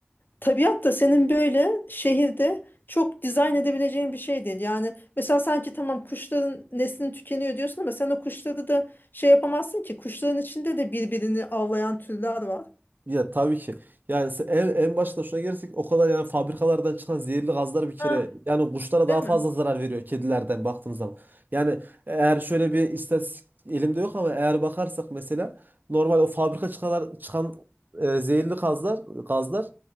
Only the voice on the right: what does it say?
Ya tabii ki. Yani se- en, en başta şuna gelirsek o kadar yani fabrikalardan çıkan zehirli gazlar bir kere
yani kuşlara daha
fazla
zarar veriyor kedilerden baktığınız zaman. Yani eğer şöyle bir istatistik elimde yok ama eğer bakarsak mesela normal o fabrika çıkan çıkan e, zehirli gazlar gazlar